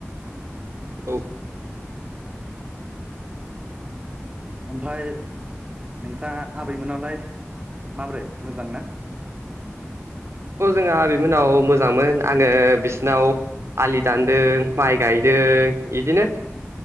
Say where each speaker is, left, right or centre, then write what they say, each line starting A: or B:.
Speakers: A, on the right; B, on the right.
A: औ
B: ओमफ्राय नोंस्रा आबैमोनावलाय माबोरै मोजां ना
A: खौ जोंङो आबैमोननाव मोजांमोन आङो बिसिनाव आलि दानदों माइ गायदों इदिनो